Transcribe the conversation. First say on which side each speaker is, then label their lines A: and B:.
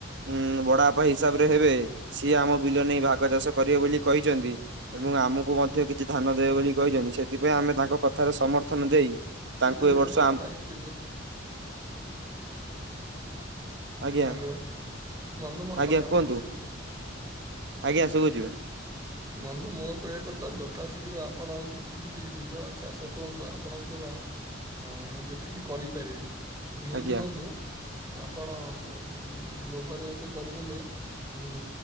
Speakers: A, on the right; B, on the right.
A: ଉ ବାଡ଼ାପା ହିସାବରେ ହେବେ ସିଏ ଆମ ବିଲ ନେଇ ଭାଗ ଚାଷ କରିବେ ବୋଲି କହିଛନ୍ତି। ଏବଂ ଆମକୁ ମଧ୍ୟ କିଛି ଧାନ ଦେବେ ବୋଲି କହିଛନ୍ତି ସେଥିପାଇଁ ଆମେ ତାଙ୍କ କଥାରେ ସମର୍ଥନ ଦେଇ ତାଙ୍କୁ
B: ସେପରି
A: ଏ
B: ବି
A: ବର୍ଷ
B: ଆମ କଥା
A: ଆମ୍-
B: ହେଉଛି ଯେ
A: ଆଜ୍ଞା
B: ହ୍ୟାଲୋ ବନ୍ଧୁ ମୋର
A: ଆଜ୍ଞା
B: କଥା ଆପଣଙ୍କୁ
A: କୁହନ୍ତୁ
B: ଶୁଭୁଛି?
A: ଆଜ୍ଞା ସୁବୁଛି ବ
B: ବନ୍ଧୁ ମୋ କହିବା କଥା ଯଥାଶୀଘ୍ର ଆପଣ ଯେତିକି ବି ବିଲ ଚାଷ କରନ୍ତୁ ଆପଣଙ୍କର ହଁ ଯେତିକି କରିପାରିବେ ନୁହଁ
A: ଆଜ୍ଞା
B: କି ବନ୍ଧୁ ଆପଣ ଉଁ ଲୋଭରେ ଏତେ କରିଦେଲେ ଉ